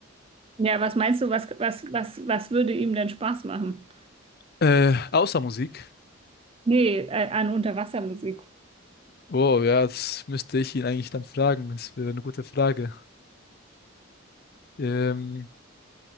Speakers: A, on the right; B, on the left.
A: Ja, was meinst du, was, was, was, was würde ihm denn Spaß machen?
B: Äh, außer Musik.
A: Nee, äh, an Unterwassermusik.
B: Oh, ja, das müsste ich ihn eigentlich dann fragen. Das wäre eine gute Frage. Ähm,